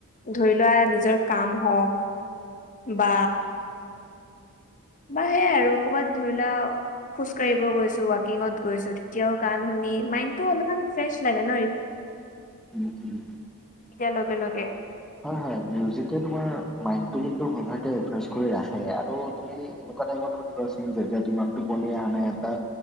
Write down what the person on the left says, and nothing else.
ধৰি লোৱা নিজৰ কাম হওক বা বা সেয়াই আৰু ক'ৰবাত ধৰি লা খোজকাঢ়িব গৈছে ৱাকিঙত গৈছো তেতিয়াও গান শুনি মাইন্তো অলপমান ফ্ৰেছ লাগে ন।
এতিয়াৰ লগে লগে।